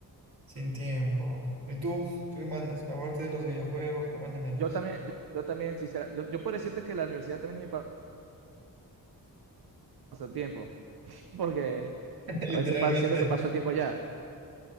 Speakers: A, on the right; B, on the right.
A: Sin tiempo. ¿Y tú? ¿Tú qué más les? Aparte de los videojuegos, ¿qué más le metes?
B: Yo también, yo, yo también, sincera, yo, yo puedo decirte que la universidad también es mi pasatiempo, <laughs> porque
A: <laughs> Literalmente.
B: a veces pa- siento que paso el tiempo allá,